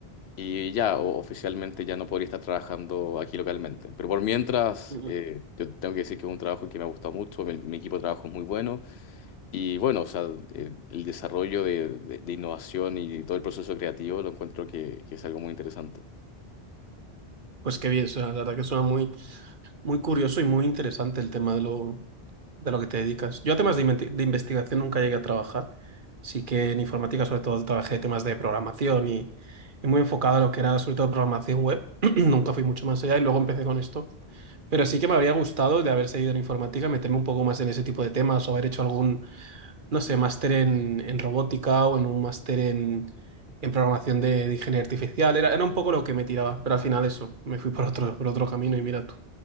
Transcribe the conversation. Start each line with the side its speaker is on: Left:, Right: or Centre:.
Left: y ya o- oficialmente ya no podría estar trabajando aquí localmente. Pero por mientras,
Right: mm.
Left: eh, yo tengo que decir que es un trabajo que me ha gustado mucho, mi, mi equipo de trabajo es muy bueno y bueno, o sea, eh, el desarrollo de, de- de innovación y todo el proceso creativo lo encuentro que que es algo muy interesante.
Right: Pues qué bien, o sea la verdad que suena muy, muy curioso y muy interesante el tema de lo, de lo que te dedicas. Yo a temas de, inventi- de investigación nunca llegué a trabajar. Sí que en informática sobre todo trabajé temas de programación y, y muy enfocado a lo que era sobre todo programación web. <clears throat> Nunca fui mucho más allá y luego empecé con esto. Pero sí que me habría gustado de haber seguido en informática, meterme un poco más en ese tipo de temas o haber hecho algún, no sé, máster en, en robótica o en un máster en, en programación de, de ingeniería artificial. Era, era un poco lo que me tiraba, pero al final eso, me fui por otro, por otro camino y mira tú.